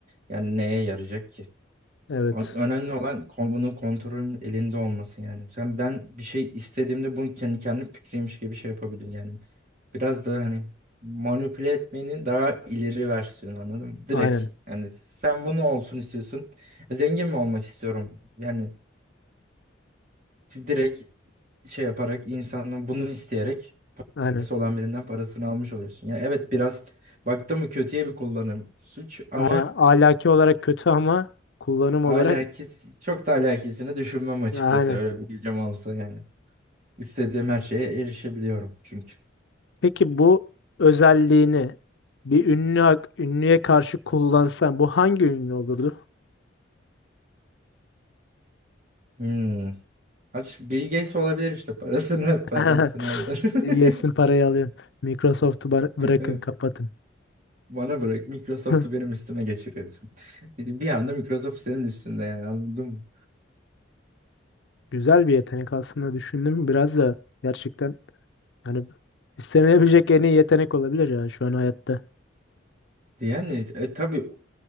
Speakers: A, on the right; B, on the left.
A: yani neye yarayacak ki?
B: Evet.
A: A- Önemli olan kon- bunun kontrolün elinde olması yani. Sen ben bir şey istediğimde bunu kendi kendi fikriymiş gibi şey yapabilirim yani. Biraz da hani manipüle etmenin daha ileri versiyonu anladın mı? Direkt
B: Aynen.
A: yani sen bunu olsun istiyorsun. Zengin mi olmak istiyorum? Yani direkt şey yaparak insanın bunu isteyerek
B: Aynen.
A: parası olan birinden parasını almış oluyorsun. Ya evet biraz baktım mı kötüye bir kullanım suç ama
B: Aynen. Ahlaki olarak kötü ama kullanım
A: alakis
B: olarak
A: çok da alakisini düşünmem açıkçası
B: aynen.
A: öyle bir gücüm olsa yani. İstediğim her şeye erişebiliyorum çünkü.
B: Peki bu özelliğini bir ünlü hak- ünlüye karşı kullansan bu hangi ünlü olurdu?
A: Hmm. Aç Bill Gates olabilir işte parasını
B: <laughs>
A: <laughs> parasını alır.
B: Yesin
A: <laughs>
B: parayı alıyorum. Microsoft'u bar- bırakın
A: Evet.
B: kapatın.
A: Bana bırak Microsoft'u
B: <laughs>
A: benim üstüme geçiriyorsun. Bir anda Microsoft senin üstünde yani anladın mı?
B: Güzel bir yetenek aslında düşündüm biraz da gerçekten yani istenebilecek en iyi yetenek olabilir ya şu an hayatta
A: Yani e, tabii